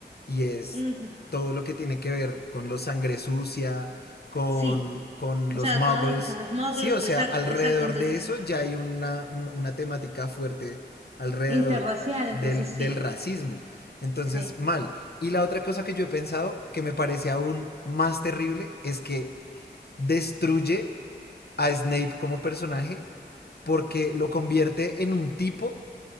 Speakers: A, on the left; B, on the right.
A: Y es
B: Ujú,
A: todo lo que tiene que ver con los sangre sucia, con,
B: Sí.
A: con
B: O
A: los
B: sea,
A: muggles.
B: todo lo que son los muggles,
A: Sí, o sea,
B: exacto,
A: alrededor
B: exacto, entonces,
A: de eso ya hay una, un- una temática fuerte alrededor
B: interracial,
A: del,
B: entonces sí,
A: del racismo. Entonces,
B: sí,
A: mal. Y la otra cosa que yo he pensado, que me parece aún más terrible, es que destruye a Snape como personaje porque lo convierte en un tipo